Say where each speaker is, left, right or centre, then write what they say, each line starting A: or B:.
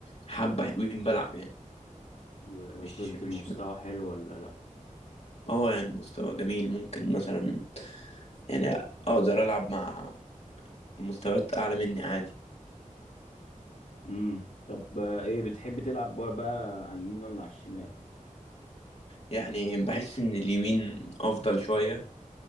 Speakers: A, on the left; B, on the left.
A: حبة حلوين بلعب يعني
B: ووصلت
A: مش مش
B: لمستوى حلو ولا لا
A: اه يعني مستوى جميل ممكن مثلا يعني اقدر العب مع مستويات اعلى مني عادي
B: امم طب آه، ايه بتحب تلعب بار بقى على اليمين ولا على الشمال
A: يعني بحس ان اليمين افضل شوية